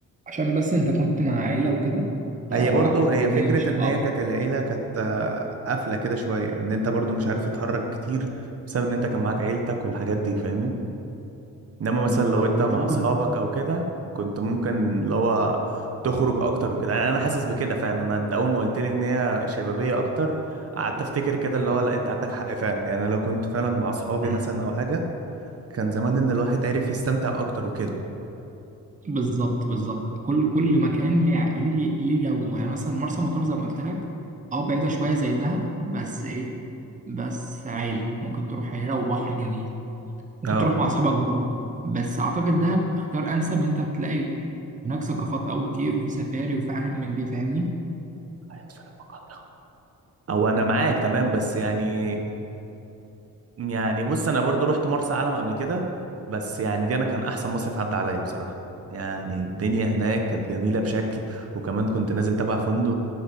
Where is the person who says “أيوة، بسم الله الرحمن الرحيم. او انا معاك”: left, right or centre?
Right